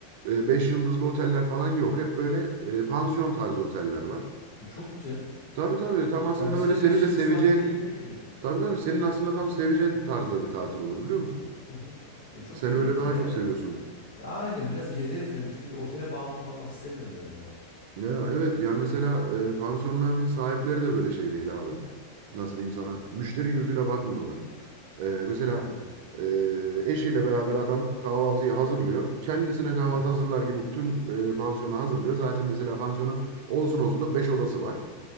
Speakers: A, on the right (about 50°); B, on the left (about 65°).
A: e, 5 yıldızlı oteller falan yok. Hep böyle e, pansiyon tarzı oteller var.
B: E, çok güzel.
A: Tabii tabii tam aslında
B: Ya bize
A: böyle
B: de
A: seni
B: 5
A: de
B: yıldız
A: seveceğin
B: tatil gerekmiyor ki.
A: Tabii tabii senin aslında tam seveceğin tarzda bir tatil olur biliyor musun?
B: Hı hı. E, çok
A: Sen
B: güzel
A: öyle
B: olur
A: daha
B: ya.
A: çok
B: En-
A: seviyorsun.
B: ya aynen biraz gezeriz hem çünkü otele bağımlı kalmak istemiyorum ben ya.
A: Ya evet ya mesela e, pansiyonların sahipleri de böyle şey değil abi. Nasıl diyeyim sana? Müşteri gözüyle bakmıyorlar. E, mesela
B: Hmm.
A: e, eşiyle beraber adam kahvaltıyı hazırlıyor. Kendisine kahvaltı
B: Hı hı.
A: hazırlar gibi tüm e, pansiyonu hazırlıyor. Zaten mesela pansiyonun olsun olsun da 5 odası var.